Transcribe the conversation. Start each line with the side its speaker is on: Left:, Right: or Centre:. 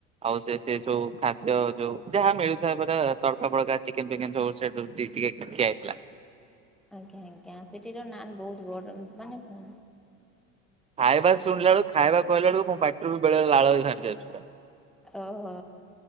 Right: ଆଉ ସେ ସେ ସବୁ ଖାଦ୍ୟ ଯୋଉ ଯାହା ମିଳୁଥାଏ ପରା ତଡକା ଫଡକା ଚିକେନ ଫିକେନ ସବୁ ସେ ରୁଟି ଟିକେ ହେଇଥିଲା।
Centre: ଆଜ୍ଞା ଆଜ୍ଞା ସେ। ର ନାନ ବହୁତ ବଡ ମାନେ କଣ।
Right: ଖାଇବା ଶୁଣିଲା ବଳୁ ଖାଇବା କହିଲ ବେଳକୁ ମୋ ପାଟିରୁ ବି ବେଳେ ଲାଳ ହେ ବାହାରି ଅଛି ପୁରା।
Centre: ଓହୋ